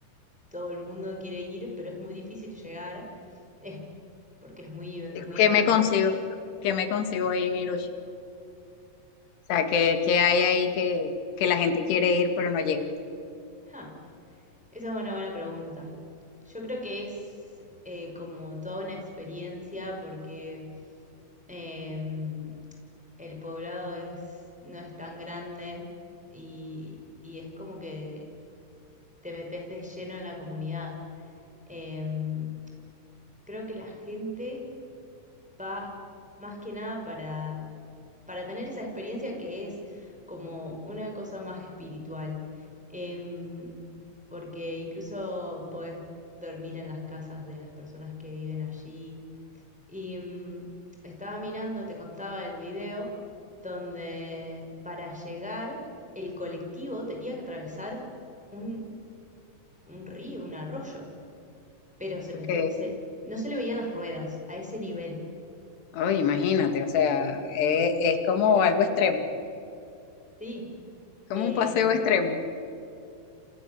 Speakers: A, in the centre; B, on the left (about 90°).
A: todo el mundo quiere ir, pero es muy difícil llegar, es porque es muy, her- muy
B: qué
A: hermoso.
B: me consigo? ¿Qué me consigo ahí en Irush? O sea, ¿qué, qué hay ahí que, que la gente quiere ir pero no llega?
A: Ja, esa es una buena pregunta. Yo creo que es eh, como toda una experiencia porque... em, el poblado es, no es tan grande y, y es como que te metes de lleno en la comunidad. Em, creo que la gente va más que nada para, para tener esa experiencia que es como una cosa más espiritual. Em, porque incluso podés dormir en las casas de las personas que viven allí. Y mm, estaba mirando, te contaba el video, donde para llegar el colectivo tenía que atravesar un, un río, un arroyo, pero se metía,
B: Ok.
A: se- no se le veían las ruedas a ese nivel.
B: Oh, imagínate, o sea, es, es como algo extremo,
A: Sí,
B: como
A: Em,
B: un paseo extremo.